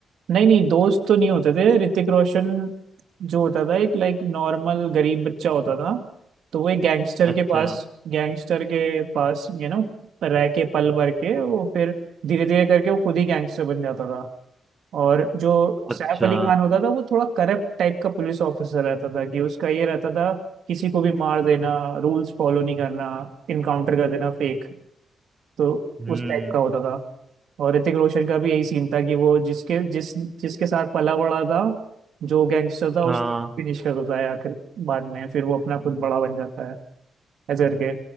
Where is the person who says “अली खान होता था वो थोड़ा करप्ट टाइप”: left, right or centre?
Right